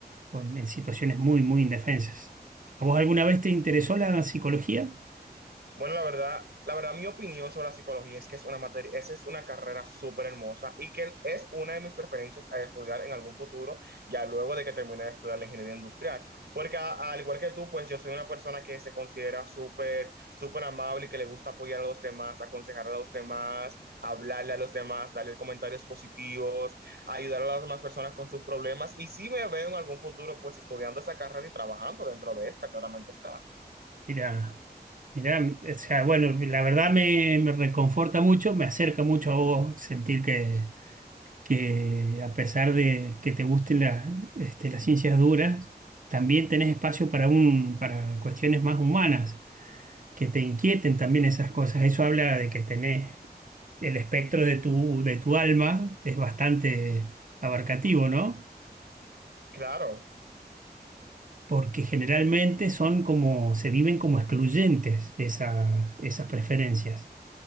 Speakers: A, on the right; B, on the right.
A: con- en situaciones muy, muy indefensas. ¿A vos alguna vez te interesó la psicología?
B: Bueno, la verdad, la verdad, mi opinión sobre la psicología es que es una materia, esa es una carrera súper hermosa y que es una de mis preferencias a estudiar en algún futuro, ya luego de que termine de estudiar la ingeniería industrial. Porque a- al igual que tú, pues yo soy una persona que se considera súper, súper amable y que le gusta apoyar a los demás, aconsejar a los demás, hablarle a los demás, darle comentarios positivos, ayudar a las demás personas con sus problemas. Y si me veo en algún futuro, pues estudiando esa carrera y trabajando dentro de esta, claramente está.
A: Mira, mira, o sea, bueno, la verdad me, me reconforta mucho, me acerca mucho a vos sentir que, que a pesar de que te gusten las, este, las ciencias duras, también tenés espacio para un, para cuestiones más humanas, que te inquieten también esas cosas. Eso habla de que tenés el espectro de tu, de tu alma es bastante abarcativo, ¿no?
B: Claro.
A: Porque generalmente son como, se viven como excluyentes esas, esas preferencias,